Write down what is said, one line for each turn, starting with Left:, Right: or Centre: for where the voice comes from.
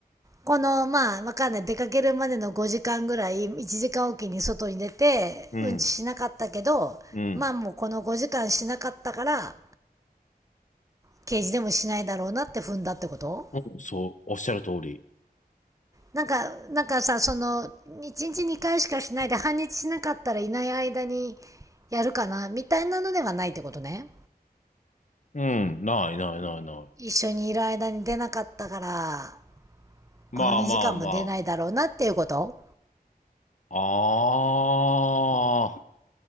Right: このまあわかんない出かけるまでの5時間ぐらい1時間おきに外に出てうんちしなかったけどまあもうこの5時間しなかったから
Left: う。うん。うん。
Right: 刑事でもしないだろうなって踏んだってこと
Left: うんそう、おっしゃる通り。
Right: なんかなんかさその1日2回しかしないで半日しなかったらいない間にやるかなみたいなのではないってことね
Left: うん。ないないないない。
Right: 一緒にいる間に出なかったから
Left: まあまあま
Right: この2時間も出ないだろうなっていうこと
Left: あ。ああ、